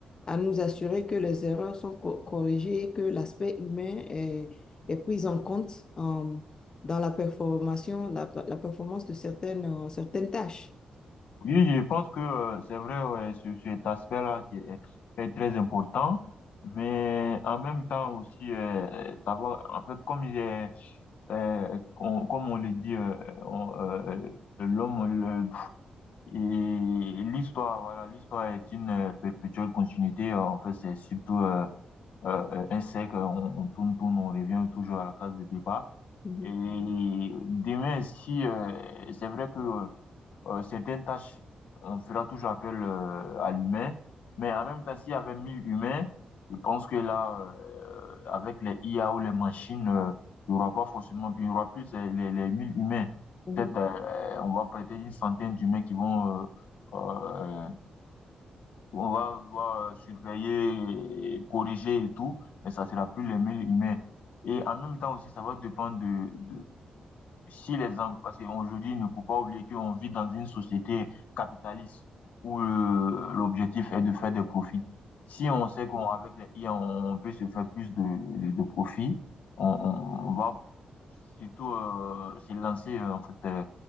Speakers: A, on the left; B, on the left.
A: à nous assurer que les erreurs sont co- corrigées, que l'aspect humain est, est pris en compte en- dans la performance, la, la performance de certaines, euh, certaines tâches.
B: Oui, je pense que euh, c'est vrai, ouais, ce- cet aspect-là qui est, est très important. Mais en même temps aussi, euh, savoir, en fait, comme il est, euh, on- comme on le dit, euh, on, euh, l'homme, le, Et l'histoire, voilà, l'histoire est une euh, perpétuelle continuité. euh, En fait, c'est surtout euh, euh, euh, un cercle. On, on tourne, tourne, on revient toujours à la case de départ.
A: Mhm.
B: Et demain, si euh, c'est vrai que euh, euh, certaines tâches, on fera toujours appel euh, à l'humain. Mais en même temps, s'il y avait 1000 humains, je pense que là, euh, avec les IA ou les machines, euh, il n'y aura pas forcément, il y aura plus euh, les, les 1000 humains.
A: Mhm,
B: Peut-être, euh, on va prêter une centaine d'humains qui vont, euh, euh, on va voir euh, surveiller, et corriger et tout, mais ça sera plus les 1000 humains. Et en même temps aussi, ça va dépendre de, si les em- parce qu'aujourd'hui, il ne faut pas oublier qu'on vit dans une société capitaliste où euh, l'objectif est de faire des profits. Si on sait qu'on avec les IA, on peut se faire plus de, de, profits, on, on va surtout euh, se lancer euh, en fait. Euh,